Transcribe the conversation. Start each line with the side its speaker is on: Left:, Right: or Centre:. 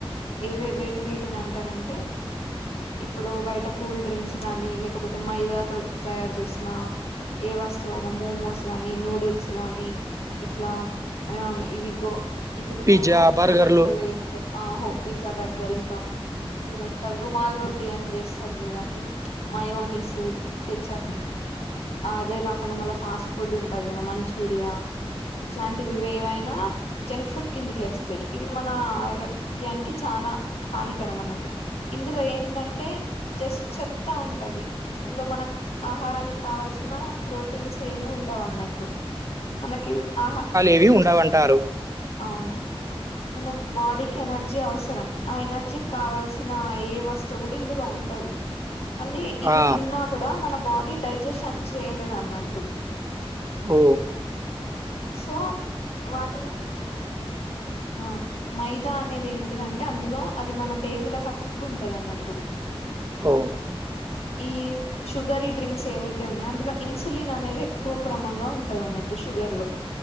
Left: ఏవ వేటి వేటిన అంటరంటే ఇప్పుడు బయట కూల్ డ్రింక్స్ గాని లేకపోతే మైదా తో తయారు జేసిన ఏ వస్తువయిన మోమోస్ గాని నూడిల్స్ గాని ఇట్లా ఆ ఇవి గో ఇదింటది
Right: పిజ్జా,
Left: కదా
Right: బర్గర్‌లు
Left: హోటల్స్ లల్ల చేస్తరు ఆ హో పిజ్జా బర్గర్ ఇంక ఈ రొట్టల్ రుమాల్ రొటీ అని చేస్తరు చూడండి మయోనిస్ కెచప్ అ అదే కాకుండ మళ్ళ ఫాస్ట్ ఫుడ్ ఉంటది కద మంచూరియ ఇట్లాంటివి ఇవి ఏవైనా జంక్ ఫుడ్ కిందికే వస్తయి ఇవి మన ఆరోగ్యానికి చాలా హాని కరమ్ అన్నట్టు ఇందులో ఏందంటే జస్ట్ చెత్తా ఉంటది ఇందులో మనక్ ఆహారానికి కావాల్సిన ప్రోటీన్స్ ఏమి ఉండవు అన్నట్టు మనకి ఆహ
Right: ఏవి ఉండవంటారు
Left: అవును మన బాడీకి ఎనర్జీ అవసరం ఆ ఎనర్జీ కావాల్సిన ఏ వస్తువు కూడ ఇందులో ఉన్ డదు మళ్ళీ ఇవి
Right: ఆ!
Left: తిన్నా కూడ మన బాడీ డైజెషన్ చేయలేదు అన్నట్టు
Right: ఓ
Left: సో వాటిను ఆ మైదా అనేది ఏంటిదంటే అందులో అది మన పేగులకు అతుక్కు ఉంటది అన్నట్టు
Right: హో
Left: ఈ షుగరీ డ్రింక్స్ ఏవైతే ఉన్నయో అందులో ఇన్సులిన్ అనేది ఎక్కువ క్రమంగా ఉంటది అన్నట్టు షుగర్ లో